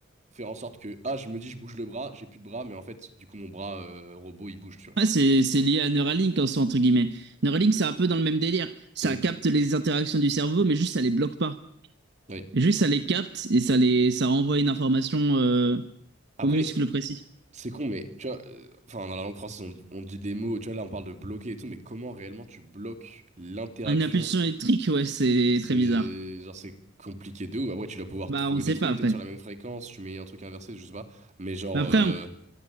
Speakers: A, on the right; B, on the right.
A: faire en sorte que, ah, je me dis, je bouge le bras, j'ai plus de bras, mais en fait, du coup, mon bras, euh, robot, il bouge, tu vois.
B: Ouais, c'est, c'est lié à Neuralink en soi, entre guillemets. Neuralink, c'est un peu dans le même délire. Ça
A: Mm.
B: capte les interactions du cerveau, mais juste ça les bloque pas.
A: Oui.
B: Et juste, ça les capte et ça les, ça envoie une information euh,
A: Après,
B: au muscle précis.
A: C'est con, mais tu vois, euh, enfin, dans la langue française, on, on dit des mots, tu vois, là, on parle de bloquer et tout, mais comment réellement tu bloques l'interaction?
B: Une impulsion électrique, ouais, c'est
A: C'est
B: très bizarre.
A: genre, c'est compliqué de ouf. Après, tu dois pouvoir
B: Bah,
A: trouver
B: on ne sait
A: des trucs,
B: pas après.
A: peut-être sur la même fréquence, tu mets un truc inversé, je sais pas, mais genre,
B: Bah, après,
A: euh,
B: on-